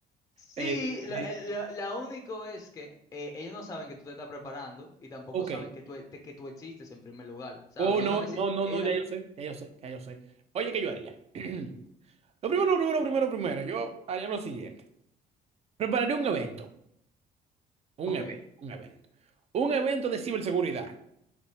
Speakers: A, on the left; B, on the right.
A: Sí,
B: Eh,
A: lo,
B: eh,
A: el- lo- la único es que eh, ellos no saben que tú te estás preparando y tampoco
B: ok.
A: saben que tú, e- te- que tú existes en primer lugar, ¿sabes?
B: Oh,
A: Ellos
B: no,
A: no me...
B: no,
A: si-
B: no,
A: ellos
B: no, ya
A: no-
B: yo sé, ya yo sé, ya yo sé. Oye, ¿qué yo haría? <clears throat> Lo primero, lo primero, lo primero, primero, yo haría lo siguiente. Prepararé un evento, un
A: Ok,
B: evento, un evento. Un evento de ciberseguridad,